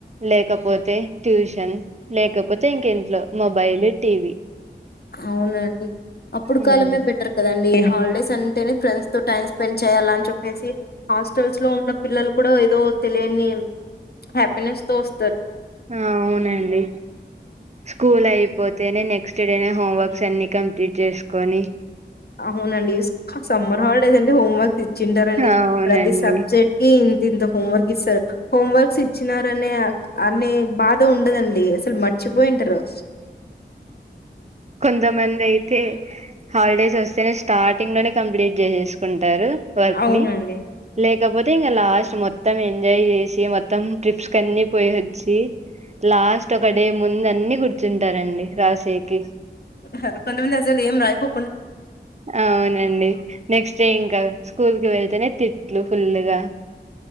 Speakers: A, on the right; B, on the left.
A: లేకపోతే ట్యూషన్ లేకపోతె ఇంక ఇంట్లో మొబైల్ టీవీ
B: అవునండి అప్పుడు
A: ఉమ్.
B: కాలమే బెటర్ కద డి హాలిడేస్ అంటేనే ఫ్రెండ్స్ తో టైమ్ స్పెండ్ చేయాలని చెప్పేసి హాస్టల్స్ లో ఉన్న పిల్లలు కూడా ఏదో తెలియని హ్యాపీనెస్ తో ఒస్
A: అవునండి స్కూల్ అయిపోతేనే నెక్స్ టుడే నె హోమ్ వర్క్స్ అన్ని కంప్లీట్ చేసుకొని
B: అవునండి సమ్మర్ హాలిడేస్ అంటే హోంవర్కే ఇచ్చింటారండి
A: అవునండి
B: ప్రతి సబ్జెక్ట్ కి దీంతో హోం వర్క్ ఇసరు హోం వర్క్స్ ఇచ్చినార అనే అనే బాధ ఉండదండి అసలు మర్చిపోయింటారు
A: కొంత మంది అయితే హాలిడేస్ వస్తేనే స్టార్టింగ్ లోనే కంప్లీట్ చేసేసుకుంటారు వర్క్
B: అవునండి
A: ని లేకపోతే తింగ లాస్ట్ మొత్తం ఎంజాయ్ చేసి మొత్తం ట్రిప్స్ కన్ని పోయి వచ్చి లాస్ట్ ఒక డే ముందు అన్ని కూర్చుంటారండి రాసేకి
B: హర్ కొంతమంది అసలు ఏం రాయకో
A: అవునండి నెక్స్ట్ డే ఇంక స్కూల్ కి వెళ్తేనే తిట్లు ఫుల్గా